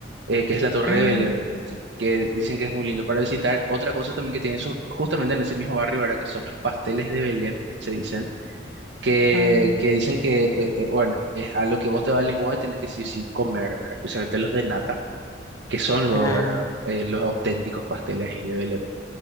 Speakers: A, on the right; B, on the left.
A: eh, que es la Torre
B: Ah,
A: de Belém, que dicen que es muy lindo para visitar. Otra cosa también que tiene eso, justamente en ese mismo barrio, ¿verdad? Que son los pasteles de Belém, se dicen. Que,
B: ah,
A: que dicen que, eh, eh, bueno, es a lo que vos te vas a Lisboa y tenés que sí o sí comer, ¿verdad? Especialmente los de nata que son luego,
B: ah,
A: ¿verdad? Eh, los auténticos pasteles ahí de Belém.